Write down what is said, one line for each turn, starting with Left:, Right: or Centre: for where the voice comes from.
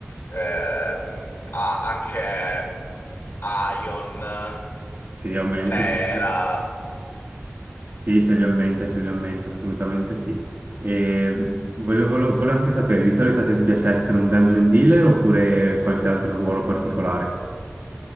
Left: ehm, a- anche mm, Ion,
Right: Sì, ovviamente.
Left: Terra,
Right: sì, sì. Sì, ce li ho in mente, ce li ho in mente, assolutamente sì. E volevo, volevo anche sapere, di solito a te ti piace essere un dungeon dealer oppure qualche altro ruolo particolare?